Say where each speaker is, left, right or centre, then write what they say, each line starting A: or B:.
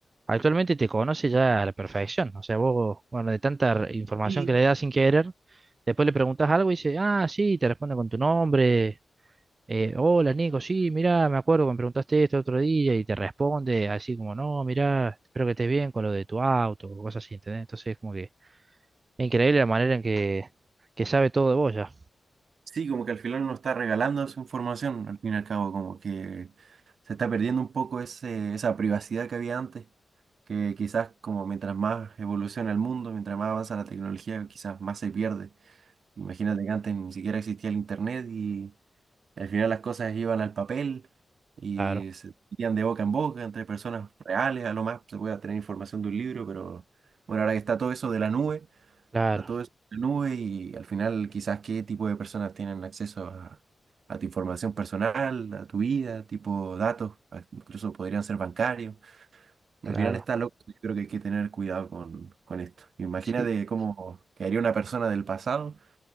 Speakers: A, on the right; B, on the right.
A: actualmente te conoce ya a la perfección. O sea, vos, bueno, de tanta re- información
B: y
A: que le das sin querer, después le preguntas algo y dice, ah, sí, te responde con tu nombre. eh, Hola, Nico, sí, mirá, me acuerdo que me preguntaste esto otro día y te responde así como, no, mirá, espero que estés bien con lo de tu auto o cosas así, ¿entendés? Entonces, es como que es increíble la manera en que, que sabe todo de vos ya.
B: sí, como que al final uno está regalando su información, al fin y al cabo, como que se está perdiendo un poco ese, esa privacidad que había antes, que quizás como mientras más evoluciona el mundo, mientras más avanza la tecnología, quizás más se pierde. Imagínate que antes ni siquiera existía el internet Al final las cosas iban al papel y
A: Claro,
B: se metían de boca en boca entre personas reales, a lo más se puede tener información de un libro, pero bueno, ahora que está todo eso de la nube,
A: claro,
B: está todo eso de la nube y al final quizás qué tipo de personas tienen acceso a, a tu información personal, a tu vida, tipo datos, a- incluso podrían ser bancarios.
A: claro.
B: Al final está loco, yo creo que hay que tener cuidado con, con esto. Imagínate
A: Sí.
B: cómo quedaría una persona del pasado,